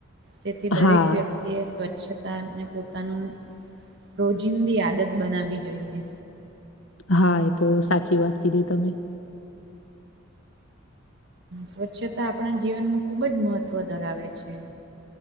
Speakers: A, on the right (about 60°); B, on the left (about 85°).
A: તેથી દરેક
B: હા
A: વ્યક્ તિ એ સ્વચ્છતાને પોતાનું રોજિંદી આદત બનાવવી જોઈએ
B: હા એ તો સાચી વાત કીધી તમે
A: સ્વચ્છતા આપણા જીવનમાં ખુબ જ મહત્વ ધરાવે છે